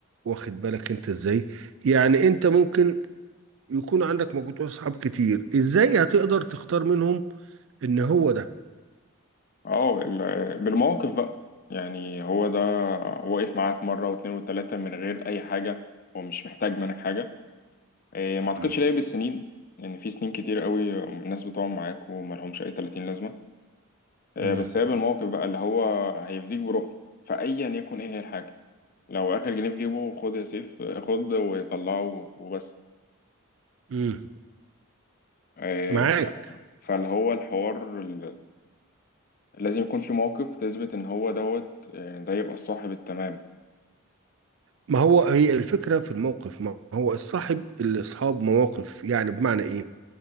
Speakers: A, on the right; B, on the left.
A: واخد بالك انت ازاي يعني انت ممكن يكون عندك مجموعة اصحاب كتير ازاي هتقدر تختار منهم ان هو ده
B: اه ال- بالموقف بقى يعني هو ده واقف معاك مرة واتنين وتلاتة من غير أي حاجة هو مش محتاج منك حاجة إيه، ما أعتقدش
A: مم.
B: ليه بالسنين يعني في سنين كتير قوي الناس بتقعد معاك وملهمش أي 30 لازمة إيه،
A: مم.
B: بس هي بالموقف بقى اللي هو هيفديك بروحه فأيا يكن إيه هي الحاجة لو آخر جنيه في جيبه خد يا سيف آه، خد وطلعه وبس
A: مم.
B: آه،
A: معاك
B: ف- فاللي هو الحوار ال- لازم يكون في موقف تثبت ان هو دوت آه، ده يبقى الصاحب التمام
A: ما هو هي الفكرة في الموقف ما هو الصاحب اللي اصحاب مواقف يعني بمعنى ايه